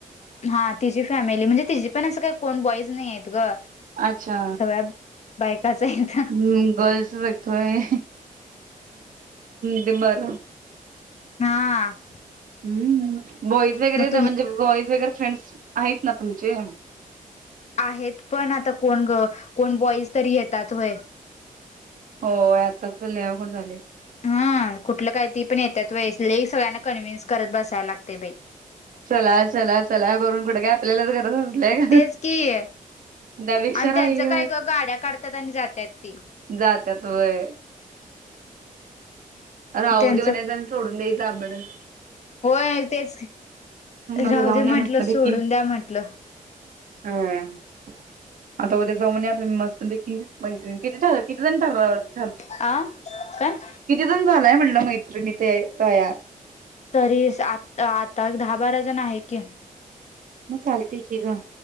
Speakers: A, on the left; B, on the right.
A: हा. तिची फॅमिली म्हणजे तिची पण असं काही कोण बॉईज नाही आहेत ग.
B: अच्छा!
A: सगळ्या बायकाच येत.
B: हम्म गर्ल्स <unintelligible> सगतोय ते बर.
A: हा.
B: हम्म, बॉईज वगैरे
A: मग तुम
B: म्हणजे बॉईज वगैरे फ्रेंड्स आहेत ना तुमचे?
A: आहेत पण आता कोण ग कोण बॉईज तरी येतात व्हय.
B: हो आताच लई अवघड झाले.
A: हा कुठलं काही ती पण येतात व्हय, लय सगळ्यांना कन्व्हिन्स कराव बसायला लागते बाई.
B: चला चला चला करून कुठं काय आपल्यालाच गरज. असल्या का
A: तेच की
B: त्यापेक्षा
A: आणि
B: राही
A: त्यांचं काय ग गाड्या काढतात आणि जात्यात ते.
B: जात्यात वय. राहू
A: त्यांचं
B: दे म्हणाय सोडून द्याच अबडस.
A: होय तेच कि राहू
B: उद्या जाऊन
A: दे
B: या
A: म्हंटल
B: मस्तपैकी
A: सोडून द्या म्हंटलं. नाही
B: हम्म आता उद्या जाऊ आ मी मस्त पैकी बघित किती छान किती जण ठरवला.
A: आ काय?
B: दोन जनी हाय म्हटलं मैत्रिणी तयार.
A: तरी आ आता दहा बारा जण आहे की.
B: मग चालत की ग.